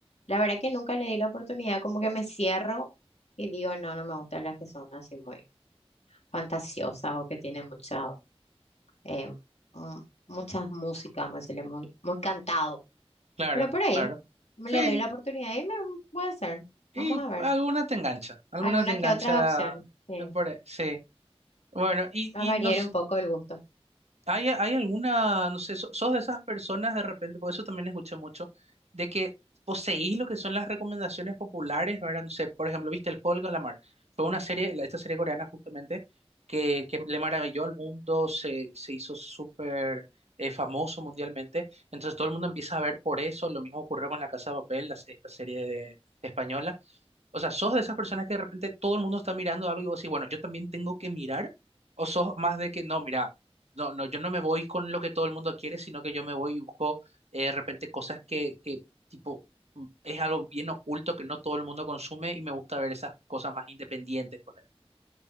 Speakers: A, on the left; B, on the right.
A: La verdad que nunca le di la oportunidad, como que me cierro y digo, no, no me gustan las que son así muy fantasiosas o que tienen mucha, eh, mm, muchas músicas, vamos a decirle, muy, muy cantado.
B: Claro,
A: Pero por ahí
B: claro.
A: me
B: Sí,
A: le doy la oportunidad y me puede ser.
B: y
A: Vamos a ver.
B: alguna te engancha, alguna
A: Algunas
B: te engancha.
A: que otras opciones. Sí.
B: eh, por ahí, sí. Bueno, y, y
A: Va a variar
B: no,
A: un poco el gusto.
B: ¿Hay, hay alguna, no sé, so- sos de esas personas de repente, por eso también escuché mucho, de que poseís lo que son las recomendaciones populares, ¿verdad? No sé, por ejemplo, viste El Juego del Calamar. Fue una serie, la- esta serie coreana justamente, que, que le maravilló al mundo, se, se hizo súper eh, famoso mundialmente. Entonces todo el mundo empieza a ver por eso. Lo mismo ocurrió con La Casa de Papel, las- esta serie de- española. O sea, ¿sos de esas personas que de repente todo el mundo está mirando algo y vos decís, bueno, yo también tengo que mirar? ¿O sos más de que no, mira, no, no, yo no me voy con lo que todo el mundo quiere, sino que yo me voy y busco eh, de repente cosas que, que, tipo, mm, es algo bien oculto que no todo el mundo consume y me gusta ver esas cosas más independientes, por